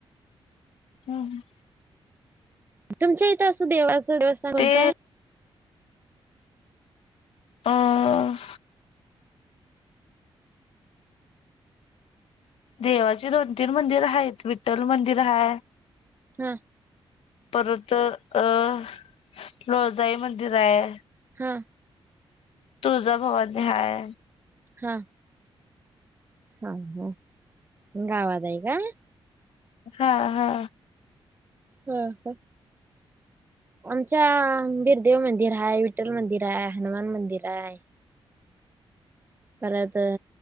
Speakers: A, on the left (about 85°); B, on the right (about 20°).
A: हम्म ह
B: तुमच्या इथं असं देवाचं देवस्थान कोणतं
A: ते
B: हाय?
A: अअअअअ देवाची दोन तीन मंदिर आहेत. विठ्ठल मंदिर हाय
B: हा
A: परत अं लोळजाई मंदिर आहे.
B: हा
A: तुळजाभवानी हाय.
B: हा हा हा गावात आहे काय.
A: हा हा
B: हम हा आमच्या बिरदेव मंदिर आहे. विठ्ठल मंदिर आहे. हनुमान मंदिर आहे. परत